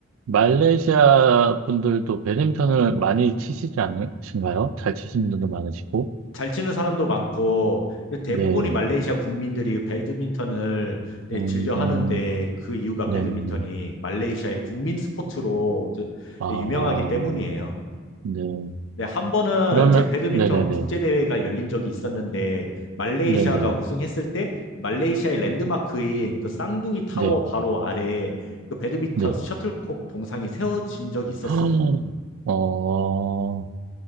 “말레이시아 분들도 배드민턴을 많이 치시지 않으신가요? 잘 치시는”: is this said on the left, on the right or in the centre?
Right